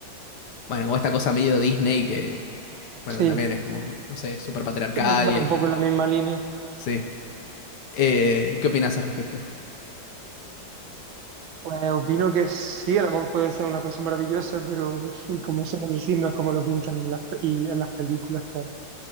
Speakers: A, on the left; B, on the right.
A: Bueno, como esta cosa medio Disney que, bueno,
B: sí,
A: que también es como, no sé, súper patriarcal
B: sí, va
A: y, y-
B: un poco en la misma línea.
A: sí. Eh, ¿qué opinas al respecto?
B: Pues opino que sí, el amor puede ser una cosa maravillosa, pero <laughs> como suelo decir, no es como lo pintan en las, pe- y en las películas, claro.